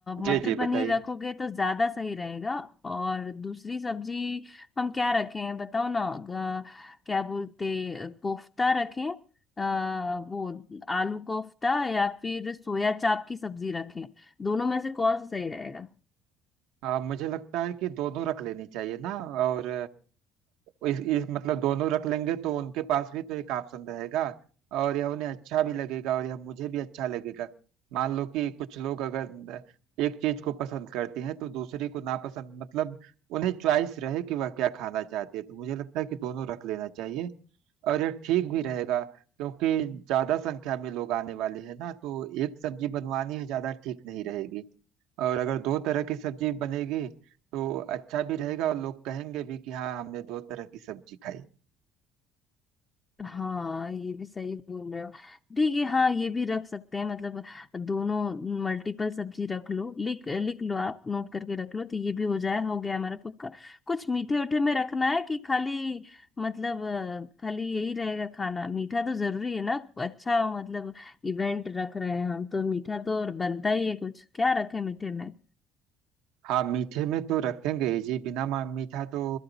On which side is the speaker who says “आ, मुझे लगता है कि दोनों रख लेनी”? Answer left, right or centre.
Right